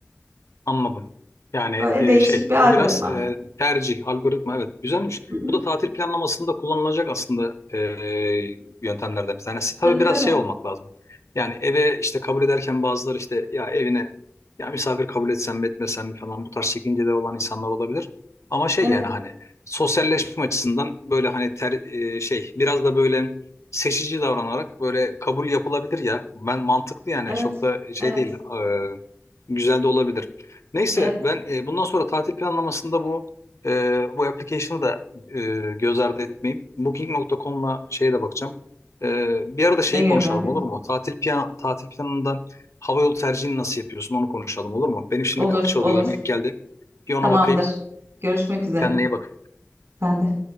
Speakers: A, on the left (about 80°); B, on the right (about 65°).
A: Anladım. Yani
B: Böyle
A: e,
B: değişik
A: şey
B: bir algoritma.
A: bu biraz e, tercih algoritma evet güzelmiş.
B: Hı hı.
A: Bu da tatil planlamasında kullanılacak aslında e, yöntemlerden bir tanesi. Tabii
B: Tabii
A: biraz
B: tabii.
A: şey olmak lazım. Yani eve işte kabul ederken bazıları işte ya evine ya misafir kabul etsem mi etmesem mi falan bu tarz çekinceleri olan insanlar olabilir. Ama şey
B: Evet,
A: yani hani sosyalleşme açısından böyle hani ter, e, şey biraz da böyle seçici davranarak böyle kabul yapılabilir ya. Ben mantıklı yani
B: evet,
A: çok da şey
B: evet.
A: değil e, güzel de olabilir. Neyse
B: Evet.
A: ben e, bundan sonra tatil planlamasında bu e, bu application'ı da e, göz ardı etmeyeyim. Booking.com'la şeye de bakacağım. E, bir arada şeyi
B: Airbnb.
A: konuşalım olur mu? Tatil plan tatil planından havayolu tercihini nasıl yapıyorsun onu konuşalım olur mu? Benim şimdi
B: Olur,
A: kapı çalıyor
B: olur.
A: yemek geldi. Bir ona
B: Tamamdır.
A: bakayım.
B: Görüşmek üzere.
A: Kendine iyi bak.
B: Ben de.